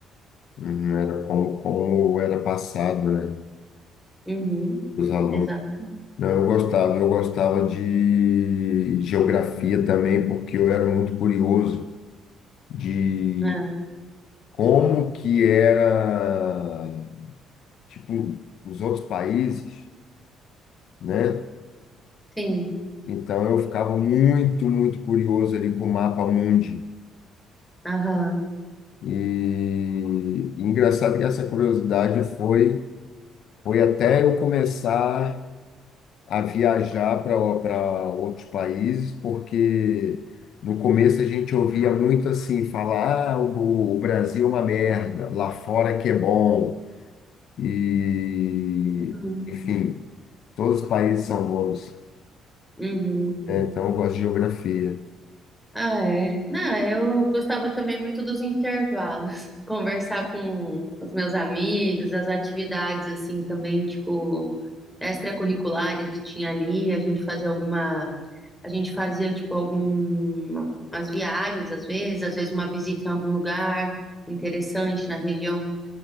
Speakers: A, on the left; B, in the centre.
A: Uhum, Era como, como era passado, né?
B: Uhum,
A: Os alunos.
B: exato.
A: Não, eu gostava, eu gostava de geografia também, porque eu era muito curioso de
B: É,
A: como que era, tipo, os outros países, né?
B: sim,
A: Então eu ficava muito, muito curioso ali com o mapa mundi.
B: aham.
A: E, e engraçado que essa curiosidade foi, foi até eu começar a viajar para para outros países, porque no começo a gente ouvia muito assim, falar, ah, o, o Brasil é uma merda, lá fora que é bom. E,
B: Uhum.
A: enfim, Todos os países são bons.
B: Uhum.
A: É, então eu gosto de geografia.
B: Ah, é. Não, eu gostava também muito dos intervalos, <laughs> conversar com os meus amigos, as atividades assim também, tipo, extracurriculares que tinha ali, a gente fazia alguma, a gente fazia tipo algumas viagens às vezes, às vezes uma visita em algum lugar interessante na região